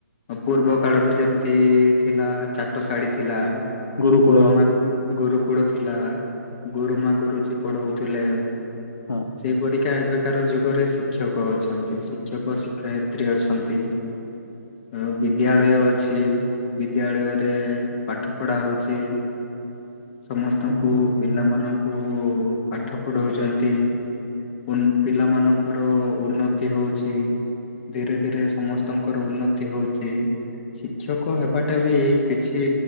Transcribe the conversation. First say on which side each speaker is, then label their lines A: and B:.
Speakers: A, on the left; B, on the left.
A: ପୂର୍ବ କାଳରୁ ଯେମିତି ଥିଲା ଚାଟଶାଢ଼ୀ ଥିଲା।
B: ଗୁରୁକୁଳ
A: ଗୁରୁମା ଗୁରୁକୁଳ ଥିଲା। ଗୁରୁମା ଗୁରୁଜୀ ପଢଉଥିଲେ
B: ହଁ।
A: ସେଇପରି <unintelligible> ଏବେକାର ଯୁଗରେ ଶିକ୍ଷକ ଅଛନ୍ତି ଶିକ୍ଷକ ଶିକ୍ଷୟିତ୍ରୀ ଅଛନ୍ତି। ଆଉ ବିଦ୍ୟାଳୟ ଅଛି ବିଦ୍ୟାଳୟରେ ପାଠ ପଢା ହଉଛି। ସମସ୍ତଙ୍କୁ
B: ହୁଁ
A: ପିଲାମାନଙ୍କୁ ପାଠ ପଢଉଛନ୍ତି। ପୁନ‌ ପିଲା ମାନଙ୍କର ଉନ୍ନତି ହଉଛି। ଧୀରେ ଧୀରେ ସମସ୍ତଙ୍କର ଉନ୍ନତି ହଉଛି। ଶିକ୍ଷକ ହେବାଟା ବି କିଛି